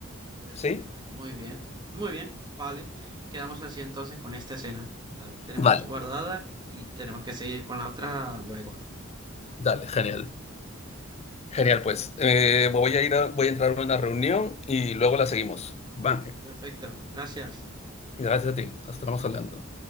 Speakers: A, on the right; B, on the left.
A: Perfecto,
B: ¿Sí?
A: muy bien, muy bien, vale. Quedamos así entonces con esta escena. La tenemos
B: Vale.
A: guardada y tenemos que seguir con la otra luego.
B: Dale, genial.
A: Bueno,
B: Genial, pues. Eh, voy a ir a- voy a entrar a una reunión y luego la seguimos. Van,
A: perfecto, gracias.
B: gracias a ti. Estamos hablando.